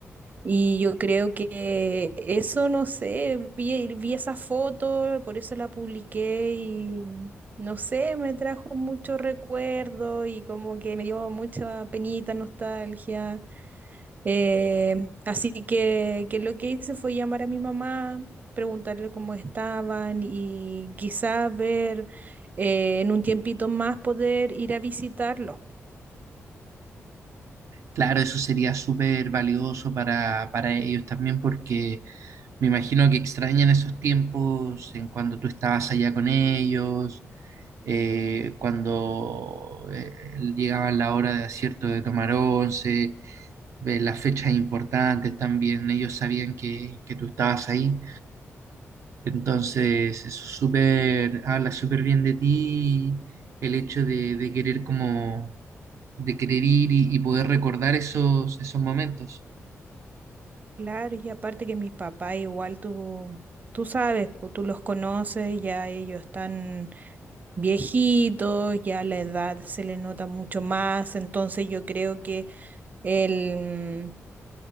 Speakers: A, on the right (about 35°); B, on the right (about 75°).
A: Y yo creo que eso, no sé, vi, vi esa foto, por eso la publiqué y mm, no sé, me trajo mucho recuerdo y como que me dio mucha penita, nostalgia. Eh, así que, que lo que hice fue llamar a mi mamá, preguntarle cómo estaban y quizás ver eh, en un tiempito más poder ir a visitarlos.
B: Claro, eso sería súper valioso para, para ellos también porque me imagino que extrañan esos tiempos en cuando tú estabas allá con ellos, eh, cuando eh, llegaba la hora de acierto de tomar once, eh, las fechas importantes también, ellos sabían que, que tú estabas ahí. Entonces, eso es súper, habla súper bien de ti, el hecho de, de querer como, de querer ir y, y poder recordar esos, esos momentos.
A: Claro, y aparte que mis papás igual tú, tú sabes, pues, tú los conoces, ya ellos están viejitos, ya la edad se les nota mucho más, entonces yo creo que el